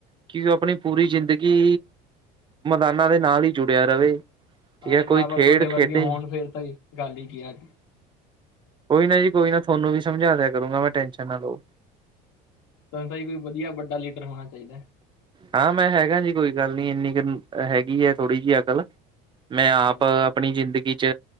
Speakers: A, on the right; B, on the left.
A: ਕਿ ਓ ਆਪਣੀ ਪੂਰੀ ਜ਼ਿੰਦਗੀ ਮੈਦਾਨਾ ਦੇ ਨਾਲ ਈ ਜੁੜਿਆ ਰਵੇ। ਠੀਕ
B: ਸਾਰੇ
A: ਹੈ
B: ਮਾਂ-ਬਾਪ
A: ਕੋਈ ਖੇਡ
B: ਤੁਆਡੇ ਵਰਗੇ
A: ਖੇਡੇ
B: ਹੋਣ ਫੇਰ ਤਾਂ ਗੱਲ ਈ ਕੀ ਆ
A: ਕੋਈ ਨਾ ਜੀ ਕੋਈ ਨਾ ਥੋਨੂੰ ਵੀ ਸਮਝਾ ਦਿਆ ਕਰੂੰਗਾ ਮੈਂ ਟੈਨਸ਼ਨ ਨਾ ਲਓ।
B: ਤਾਨੂੰ ਤਾਂ ਏ ਵੀ ਵਧੀਆ ਵੱਡਾ ਲੀਡਰ ਹੋਣਾ ਚਾਈਦਾ।
A: ਹਾਂ ਮੈਂ ਹੈਗਾ ਜੀ ਕੋਈ ਗੱਲ ਨੀ ਇੰਨੀ ਕੁ ਹੈਗੀ ਐ ਥੋੜ੍ਹੀ ਜੀ ਅਕਲ। ਮੈਂ ਆਪ
B: ਹਾਂਜੀ ਹਾਂਜੀ
A: ਆਪਣੀ ਜ਼ਿੰਦਗੀ ਚ